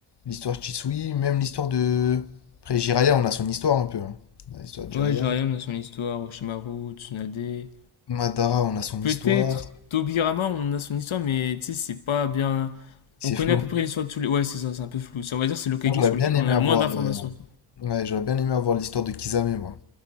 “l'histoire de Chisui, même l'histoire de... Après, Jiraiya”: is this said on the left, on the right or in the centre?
Left